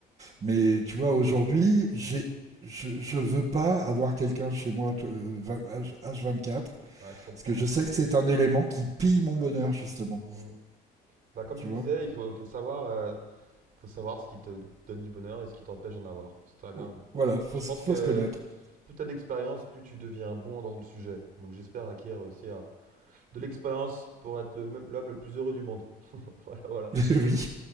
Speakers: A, on the right; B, on the right.
A: Mais tu vois, aujourd'hui, j'ai, je, je veux pas avoir quelqu'un chez moi t- euh, vingt- H- H24
B: Ah, je comprends.
A: parce que je
B: ouais.
A: sais que c'est un élément qui pille mon bonheur, justement,
B: Mhm. Bah, comme
A: tu
B: tu
A: vois.
B: disais, il faut, faut savoir euh, Faut savoir ce qui te donne du bonheur et ce qui t'empêche d'en avoir. C'est très bien.
A: Oh,
B: mais
A: Voilà, faut,
B: Je
A: se-
B: pense
A: faut
B: que
A: se connaître.
B: plus tu as d'expérience, plus tu deviens bon dans le sujet. Donc j'espère acquérir aussi euh, de l'expérience pour être le même- l'homme le plus heureux du monde. <laughs> Voilà, voilà.
A: <laughs> Oui.